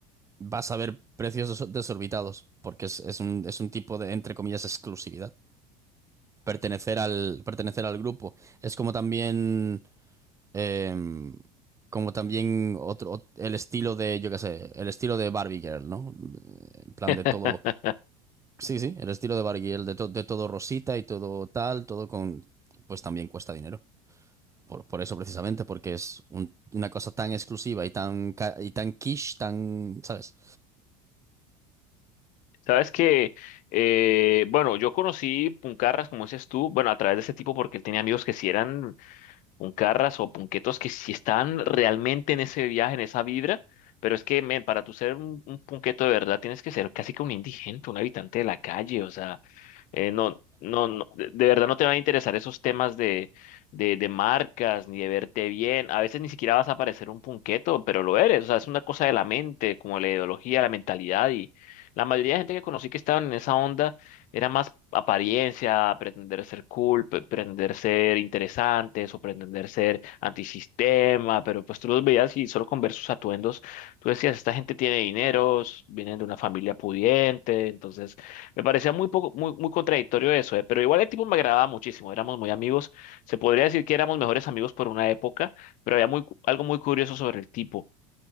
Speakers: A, on the right (about 15°); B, on the left (about 45°).
A: vas a ver precios des- desorbitados porque es, es un, es un tipo de, entre comillas, exclusividad pertenecer al, pertenecer al grupo. Es como también, em, como también otro, ot- el estilo de, yo qué sé, el estilo de Barbie Girl, ¿no? En plan
B: <laughs>
A: de todo, sí, sí, el estilo de Barbie Girl, de, to- de todo rosita y todo tal, todo con, pues también cuesta dinero. Por, por eso precisamente, porque es un- una cosa tan exclusiva y tan, ca- y tan quiche, tan, ¿sabes?
B: Sabes que, eh, bueno, yo conocí Puncarras, como dices tú, bueno, a través de ese tipo porque él tenía amigos que sí eran Puncarras o punquetos que sí están realmente en ese viaje, en esa vibra, pero es que, men, para tú ser un, un punqueto de verdad tienes que ser casi que un indigente, un habitante de la calle, o sea, eh, no, no, no, de de verdad no te van a interesar esos temas de, de, de marcas, ni de verte bien, a veces ni siquiera vas a parecer un punqueto, pero lo eres, o sea, es una cosa de la mente, como la ideología, la mentalidad, y la mayoría de gente que conocí que estaban en esa onda era más apariencia, pretender ser cool, pe- pretender ser interesantes o pretender ser antisistema, pero pues tú los veías y solo con ver sus atuendos, tú decías, esta gente tiene dineros, vienen de una familia pudiente, entonces me parecía muy poco, muy, muy contradictorio eso, eh, Pero igual el tipo me agradaba muchísimo, éramos muy amigos, se podría decir que éramos mejores amigos por una época, pero había muy, cu- algo muy curioso sobre el tipo